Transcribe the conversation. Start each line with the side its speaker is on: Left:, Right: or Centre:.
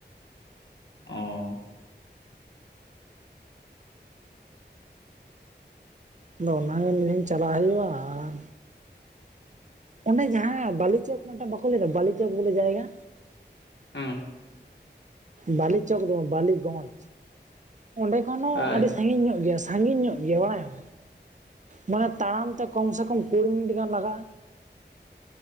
Left: ᱚ᱾
Right: ᱟᱫᱚ ᱚᱱᱟᱜᱮ ᱢᱤᱫ ᱫᱤᱱ ᱪᱟᱞᱟᱜ ᱦᱳᱭᱳᱜᱼᱟ᱾ ᱟᱨ ᱚᱸᱰᱮ ᱡᱟᱦᱟᱸ ᱵᱟᱞᱤ ᱪᱚᱠ ᱢᱤᱫᱴᱮᱱ ᱵᱟᱠᱚ ᱞᱟᱹᱭ ᱫᱟ ᱵᱟᱞᱤ ᱪᱚᱠ ᱵᱚᱞᱮ ᱡᱟᱭᱜᱟ,
Left: ᱦᱮᱸ
Right: ᱵᱟᱞᱤ ᱪᱚᱠ ᱫᱚ ᱵᱟᱝ ᱵᱟᱞᱤ ᱜᱚᱡᱽ ᱚᱸᱰᱮ ᱠᱷᱚᱱ ᱦᱚᱸ
Left: ᱦᱳᱭ
Right: ᱟᱹᱰᱤ ᱥᱟᱺᱜᱤᱧ ᱧᱚᱜ ᱜᱮᱭᱟ ᱥᱮ? ᱥᱟᱺᱜᱤᱧ ᱧᱚᱜ ᱜᱮᱭᱟ ᱵᱟᱝ? ᱢᱟᱱᱮ ᱛᱟᱲᱟᱢ ᱛᱮ ᱠᱚᱢᱥᱮ ᱠᱚᱢ ᱠᱩᱲᱤ ᱢᱤᱱᱤᱴ ᱜᱟᱱ ᱞᱟᱜᱟᱜᱼᱟ᱾